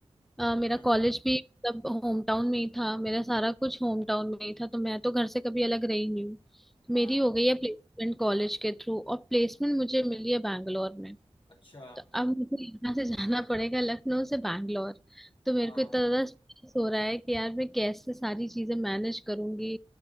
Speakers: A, in the centre; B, on the left.
A: अ, मेरा
B: हम्म
A: कॉलेज भी मतलब होम टाउन में ही था मेरा सारा कुछ होम टाउन में ही था तो मैं तो घर से कभी अलग रही नहीं हूँ
B: हाँ
A: मेरी हो गई है प्लेसमेंट कॉलेज के थ्रू और प्लेसमेंट मुझे मिली है बैंगलोर में
B: अच्छा
A: तो अब मुझे यहाँ से जाना पड़ेगा लखनऊ से बैंगलोर तो मेरे
B: हाँ
A: को इतना ज्यादा स्ट्रेस हो रहा है कि यार मैं कैसे सारी चीजें मैनेज करूंगी